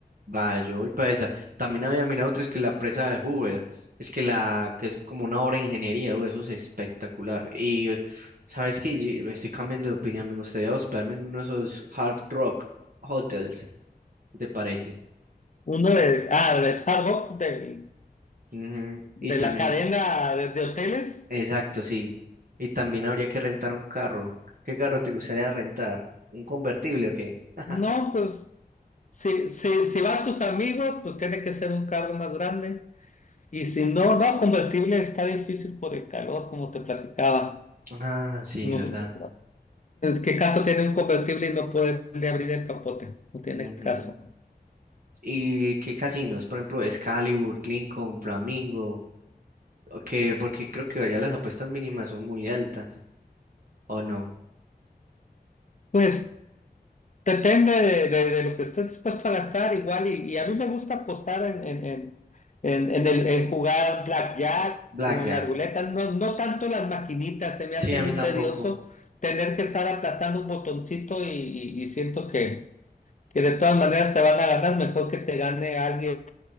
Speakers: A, on the right (about 60°); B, on the left (about 50°).
A: Va, yo voy para esa. También había mirado otro, es que la presa de Hoover. Es que la, que es como una obra de ingeniería, uy, eso es espectacular. Y eh, sabes que estoy cambiando de opinión, me gustaría hospedarme en uno de esos hard rock hotels. ¿Qué te parece?
B: Uno de, ah, de Hard Rock, del
A: Ujú,
B: de
A: Y también,
B: la cadena de, de hoteles.
A: exacto, sí. Y también habría que rentar un carro. ¿Qué carro te gustaría rentar? ¿Un convertible o qué? <laughs>
B: No, pues si, si, si van tus amigos, pues tiene que ser un carro más grande. Y si no, no, convertible está difícil por el calor, como te platicaba.
A: Ah, sí,
B: No,
A: verdad.
B: ¿qué caso tiene un convertible y no poderle abrir el capote? No tiene
A: Ujú.
B: caso.
A: ¿Y qué casinos? Por ejemplo, Excalibur, Lincoln, Flamingo. o que- porque creo que allá las apuestas mínimas son muy altas. ¿O no?
B: Pues Depende de, de- de lo que estés dispuesto a gastar, igual, y, y a mí me gusta apostar en, en, en, en, en el, en jugar blackjack
A: Blackjack.
B: o en la ruleta, no, no tanto las maquinitas, se me
A: Sí,
B: hace
A: a
B: muy
A: mí tampoco.
B: tedioso tener que estar aplastando un botoncito y, y- y siento que, que de todas maneras te van a ganar, mejor que te gane alguien